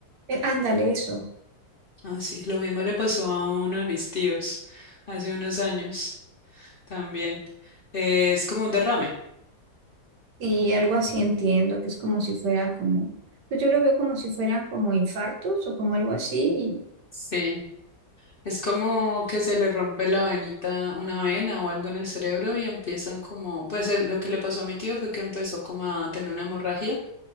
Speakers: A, on the right; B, on the left.
A: Eh, ándale, eso.
B: Ah, sí, lo mismo le pasó a uno de mis tíos hace unos años también. Eh, es como un derrame.
A: Y algo así entiendo, que es como si fuera como, pues yo lo veo como si fueran como infartos o como algo así. y,
B: Sí, es como que se le rompe la venita, una vena o algo en el cerebro y empiezan como, pues eh, lo que le pasó a mi tío fue que empezó como a tener una hemorragia